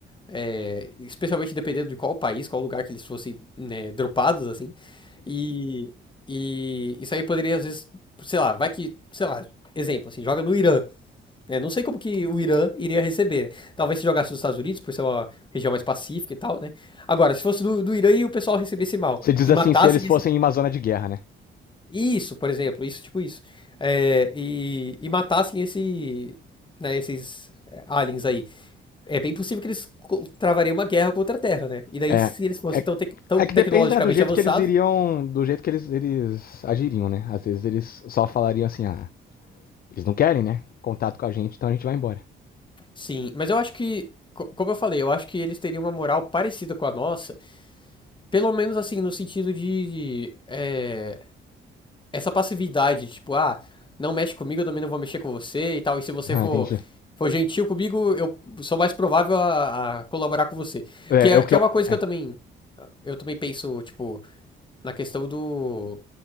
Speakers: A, on the left; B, on the left.
A: é, especialmente dependendo de qual país, qual lugar que eles fossem né, dropados, assim. E, e isso aí poderia, às vezes, sei lá, vai que, sei lá, exemplo, assim, joga no Irã. né? não sei como que o Irã iria receber. né? Talvez se jogasse nos Estados Unidos, por ser uma região mais pacífica e tal, né? Agora, se fosse do, do Irã e o pessoal recebesse mal,
B: Você diz
A: e
B: assim,
A: matassem
B: se eles fossem
A: esse...
B: em uma zona de guerra, né?
A: Isso, por exemplo, isso, tipo isso. É, e, e matassem esse, né, esses é, aliens aí. É bem possível que eles co- travariam uma guerra contra a Terra, né? E daí,
B: É.
A: se eles fossem
B: É,
A: tão, tec- tão
B: é que
A: tecnologicamente
B: depende, né, do jeito
A: avançados,
B: que eles iriam. Do jeito que eles, eles agiriam, né? Às vezes eles só falariam assim, ah, eles não querem, né? Contato com a gente, então a gente vai embora.
A: sim. Mas eu acho que, co- como eu falei, eu acho que eles teriam uma moral parecida com a nossa, pelo menos assim, no sentido de, de, é, essa passividade, tipo, ah, não mexe comigo, eu também não vou mexer com você e tal. E se você
B: Ah,
A: for,
B: entendi.
A: for gentil comigo, eu sou mais provável a, a colaborar com você.
B: É,
A: Que é,
B: é o
A: que
B: que eu.
A: é uma coisa que eu
B: É.
A: também, eu também penso, tipo, na questão do